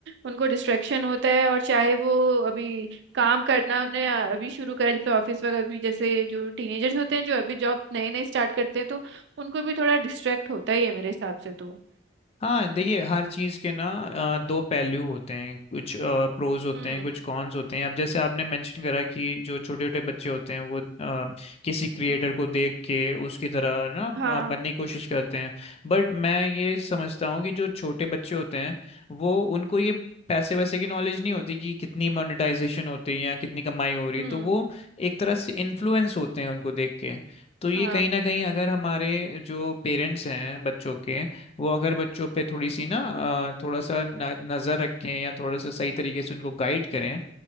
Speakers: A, on the right; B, on the left.
A: उनको डिस्ट्रैक्शन होता है और चाहे वो अभी काम करना उन्हें अभी शुरू करें जैसे ऑफिस वगैरह अभी जैसे जो टीनेजर्स होते हैं जो अभी जॉब नए नए स्टार्ट करते हैं तो उनको भी थोड़ा डिस्ट्रैक्ट होता ही है मेरे हिसाब से तो
B: हाँ देखिए हर चीज़ के ना अ, दो पहलू होते हैं कुछ प्रोज होते
A: हम्म
B: हैं कुछ कॉन्स होते हैं अब जैसे आपने मेंशन करा कि जो छोटे छोटे बच्चे होते हैं वो अ, किसी क्रिएटर
A: हम्म,
B: को देख के उसकी तरह ना
A: हाँ
B: अ, बनने की कोशिश करते हैं बट मैं ये समझता हूँ कि जो छोटे बच्चे होते हैं वो उनको ये पैसे वैसे की नॉलेज नहीं होती कि कितनी मोनेटाइजेशन होती है या कितनी कमाई हो रही
A: हम्म
B: है तो वो एक तरह से इन्फ्लुएंस होते हैं उनको देख के तो ये
A: हाँ
B: कहीं ना कहीं अगर हमारे जो पेरेंट्स हैं बच्चों के वो अगर बच्चों पे थोड़ी सी ना अ, थोड़ा सा न- नजर रखें या थोड़ा सा सही तरीके से उनको गाइड करें